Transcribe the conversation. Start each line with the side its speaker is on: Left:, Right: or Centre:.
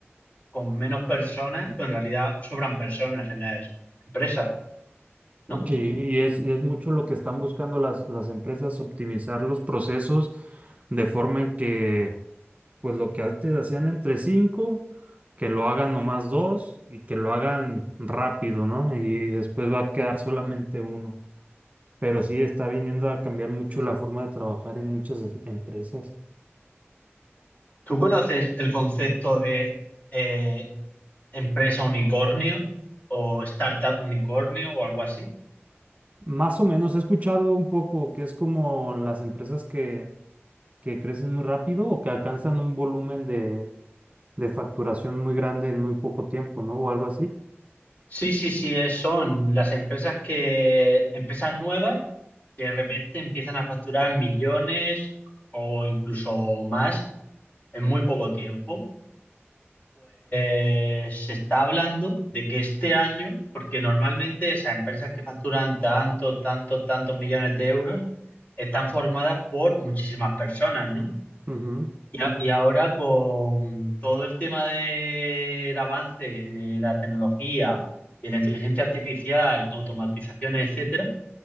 Left: con menos personas, pues en realidad sobran personas en las empresas, ¿no?
Right: Sí, y es, y es mucho lo que están buscando las, las empresas, optimizar los procesos de forma en que, pues lo que antes hacían entre cinco, que lo hagan nomás dos y que lo hagan rápido, ¿no? Y, y después va a quedar solamente uno. Pero sí está viniendo a cambiar mucho la forma de trabajar en muchas es- empresas.
Left: ¿Tú conoces el concepto de eh, empresa unicornio o startup unicornio o algo así?
Right: Más o menos he escuchado un poco que es como las empresas que, que crecen muy rápido o que alcanzan un volumen de facturación muy grande en muy poco tiempo, ¿no? O algo así.
Left: Sí, sí, sí, es- son las empresas que, empresas nuevas que de repente empiezan a facturar millones o incluso más en muy poco tiempo. Eh, se está hablando de que este año, porque normalmente esas empresas que facturan tantos, tantos, tantos millones de euros están formadas por muchísimas personas, ¿no?
Right: Ujú.
Left: Y, a- y ahora con todo el tema del avance de la tecnología, de la inteligencia artificial, automatizaciones, etcétera,